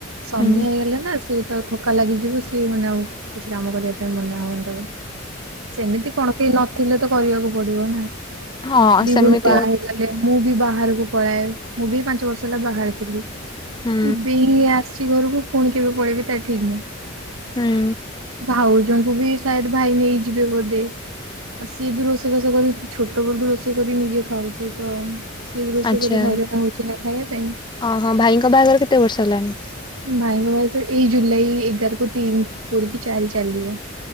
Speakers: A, on the right (about 85°); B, on the left (about 20°).
A: ସନ୍ଧ୍ୟା
B: ହୁଁ
A: ହେଇଗଲେ ନା ସିଏ ତ ଥକା ଲାଗିଯିବ ସିଏ ମାନେ ଆଉ କିଛି କାମ କରିବା ପାଇଁ ମନା ହବନି ତାକୁ। ସେମିତି କଣ କେହି ନଥିଲେ ତ କରିବାକୁ ପଡିବ ନା
B: ହଁ
A: ଦି
B: ସେମିତି
A: ଗୁଳି।
B: ଆଉ
A: ସେ ଗଲେ ମୁଁ ବି ବାହାରକୁ ପଳାଏ ମୁଁ ବି ପାଞ୍ଚ ବର୍ଷ ହେଲା ବାହାରେ ଥିଲି।
B: ହୁଁ
A: ଏବେ ହିଁ ଆସିଛି ଘରୁକୁ ପୁଣି କେବେ ପଳେଇବି ତା ଠିକ ନାହିଁ।
B: ହୁଁ।
A: ଭାଉଜଙ୍କୁ ବି ଥାଏ ଭାଇ ନେଇଯିବେ ବୋଧେ ଆଉ ସିଏ ବି ରୋଷେଇ ବାଷ କରି ଛୋଟ ବେଳୁ ଠୁ ରୋଷେଇ କରି ନିଜେ। ଖାଉଛି ତ। ସିଏ ବି ରୋଷେଇ
B: ଆଚ୍ଛା
A: କରି ହଇରାଣ ହଉଛି ନା ଖାଇବା ପାଇଁ।
B: ଓହୋ ଭାଇଙ୍କ ବାହାଘର କେତେ ବର୍ଷ ହେଲାଣି?
A: ଭାଇଙ୍କ ଭାଇ ତ ଏଇ ଜୁଲାଇ ଏଗାର କୁ ତିନି ପୁରିକି ଚାରି ଚାଲିବ।